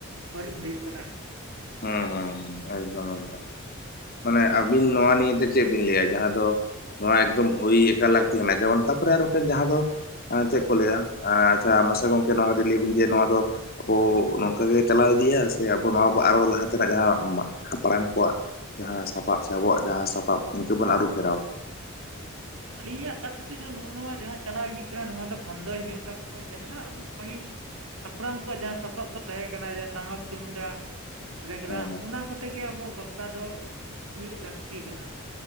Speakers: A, on the right; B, on the left.
A: ᱵᱟᱹᱲᱤᱡ ᱦᱩᱭᱩᱜ ᱠᱟᱱᱟ
B: ᱦᱮᱸ ᱦᱮᱸ ᱦᱮᱸ ᱮᱠᱫᱚᱢ ᱮᱠᱫᱚᱢ ᱢᱟᱱᱮ ᱟᱹᱵᱤᱱ ᱱᱚᱣᱟ ᱱᱤᱭᱮᱛᱮ ᱪᱮᱫ ᱵᱤᱱ ᱞᱟᱹᱭᱟ ᱡᱟᱦᱟᱸ ᱫᱚ ᱱᱚᱣᱟ ᱮᱠᱫᱚᱢ ᱦᱩᱭ ᱮᱠᱟᱞ ᱞᱟᱹᱠᱛᱤ ᱠᱟᱱᱟ ᱡᱮᱢᱚᱱ, ᱛᱟᱨᱯᱚᱨᱮ ᱟᱨ ᱢᱤᱫᱴᱮᱱ ᱡᱟᱦᱟᱸ ᱫᱚ ᱪᱮᱫ ᱠᱚ ᱞᱟᱹᱭᱟ, ᱟᱪ ᱪᱷᱟ ᱢᱟᱥᱮ ᱜᱚᱝᱠᱮ ᱱᱚᱣᱟ ᱠᱟᱹᱴᱤᱡ ᱞᱟᱹᱭ ᱵᱤᱱ ᱡᱮ ᱱᱚᱣᱟ ᱫᱚ ᱟᱵᱚ ᱱᱚᱝᱠᱟᱜᱮ ᱪᱟᱞᱟᱣ ᱤᱫᱤᱭᱟ ᱥᱮ, ᱟᱵᱚ ᱱᱚᱣᱟ ᱟᱨᱚ ᱞᱟᱦᱟ ᱛᱮᱱᱟᱜ ᱡᱟᱦᱟᱸ ᱦᱟᱯᱲᱟᱢ ᱠᱚᱣᱟᱜ ᱡᱟᱦᱟᱸ ᱥᱟᱯᱟᱵ ᱥᱮ ᱟᱵᱚᱣᱟᱜ ᱡᱟᱦᱟᱸ ᱥᱟᱯᱟᱵ ᱤᱱᱠᱟᱹ ᱵᱚᱱ ᱟᱹᱨᱩ ᱯᱷᱮᱨᱟᱣᱟ
A: ᱟᱞᱤᱧᱟᱜ ᱠᱟᱛᱷᱟ ᱛᱮᱫᱚ ᱱᱚᱜ-ᱚ ᱱᱚᱣᱟ ᱡᱟᱦᱟᱸ ᱪᱟᱞᱟᱣ ᱤᱫᱤᱜ ᱠᱟᱱᱟ ᱱᱚᱣᱟ ᱫᱚ ᱵᱚᱱᱫᱚᱭ ᱦᱩᱭᱩᱜ ᱛᱟᱵᱚ ᱡᱟᱦᱟᱸᱭ ᱟᱵᱚ ᱯᱟᱹᱦᱤᱞ ᱦᱟᱯᱲᱟᱢ ᱠᱚᱣᱟᱜ ᱡᱟᱦᱟᱸ ᱥᱟᱯᱟᱵ ᱠᱚ ᱛᱟᱦᱮᱸ ᱠᱟᱱᱟ ᱡᱟᱦᱟᱸ ᱴᱟᱢᱟᱠ ᱛᱩᱢᱫᱟᱜ ᱨᱮᱜᱽᱲᱟ
B: ᱦᱮᱸ
A: ᱚᱱᱟ ᱠᱚᱛᱮ ᱜᱮ ᱟᱵᱚᱣᱟᱜ ᱵᱟᱯᱞᱟ ᱫᱚ ᱦᱩᱭᱩᱜ ᱞᱟᱹᱠᱛᱤ ᱠᱟᱱᱟ